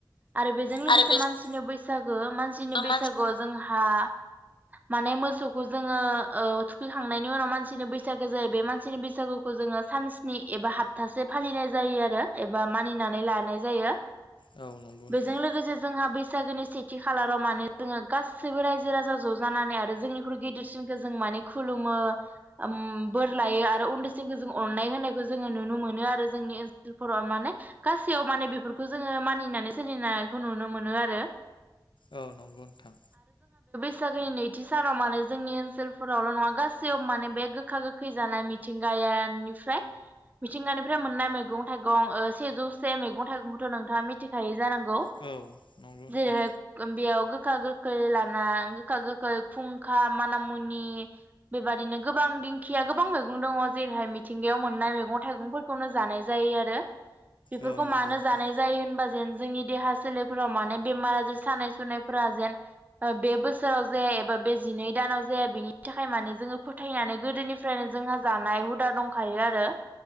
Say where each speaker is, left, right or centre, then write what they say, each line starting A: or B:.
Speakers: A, on the right; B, on the left.
A: आरो बेजों लोगोसे
B: आरो बेजों
A: मानसिनो बैस सागो मा सिनि बैसागुआव
B: मानसि
A: जों हा माने मोसौखौ जोङो औ थुखैखांनायनि उनाव मानसिनि बैसागो जायो बे मानसिनि बैसागुखौ जोङो सानस्नि एबा हप्थासे फालिनाय जायो आरो एबा मानिनानै लानाय जायो।
B: औ नंगौ
A: बेजों
B: नोंथां
A: लोगोसे जोंहा बै सागोनि सेथि खालाराव माने जोङो गासैबो रायजो राजा ज जानानै आरो जोंनिख्रुइ गिदिरसिन जों माने खुलुमो आम बोर लायो आरो उन्दैसिनखौ जों अननाय होनायखौ जोङो नुनो मोनो आरो जोंनि ओनसोलफोराव माने गासैयाव माने बेफोरखौ जोङो मानिनानै सोलिनायखौ नुनो मोनो आरो।
B: औ नंगौ नोंथां।
A: सागोनि नैथि सानाव मानो जोंनि ओन ओनफोरावल नङा गासैयाव माने बे गोखा गोखै जानाय मिथिंगायानिफ्राय मिथिंगानिफ्राय मोननाय मैगं थाइगं सेजौसे मैगं थाइगंखौथ नोंथाङा मिथिखायो। जानांगौ
B: औ नंगौ नोंथां
A: जेरैहाय बेयाव खा गोखै लाना गोखा गोखै खुंखा माना मुनि बेबादिनो गोबां दिंखिया गोबां मैगं दंङ जेरैहाय मिथिंगायाव मोननाय मैगं थाइगंफोरखौनो जानाय जायो आरो। बेफोरखौ
B: औ नंगौ
A: मानो
B: नोंथां
A: जानाय जायो होनबा जेन जोंनि देहा सोलेरफोराव माने बेमार आजार सानाय सुनायफोरा जेन बे बोसोराव जे एबा बे जिनै दानाव फोरा बिनि थाखाय माने जोंङो फोथायनानै गोदोनिफ्रायनो जोंहा जानाय हुदा दंखायो आरो।